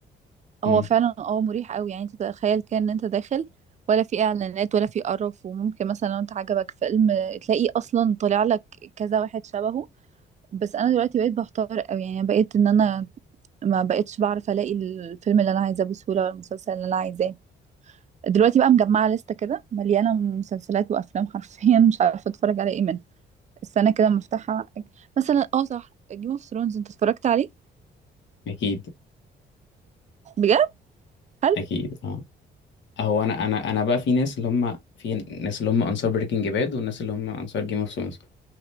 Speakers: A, on the left (about 70°); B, on the right (about 35°).
A: مم،
B: هو فعلا اه مريح قوي يعني انت تخيل كده ان انت داخل ولا في اعلانات ولا في قرف وممكن مثلا لو انت عجبك فيلم تلاقيه اصلا طالع لك كذا واحد شبهه بس انا دلوقتي بقيت بحتار قوي يعني بقيت ان انا ما بقيتش بعرف الاقي الفيلم اللي انا عايزاه بسهوله ولا المسلسل اللي انا عايزاه دلوقتي بقى مجمعه لسته كده مليانه مسلسلات وافلام حرفيا مش عارفه اتفرج على ايه منها السنه كده مفتاحها مثلا اه صح جيم اوف ثرونز انت اتفرجت عليه
A: اكيد
B: بجد هل
A: اكيد اه هو انا انا انا بقى في ناس اللي هم في ناس اللي هم انصار بريكنج باد والناس اللي هم انصار جيم اوف ثرونز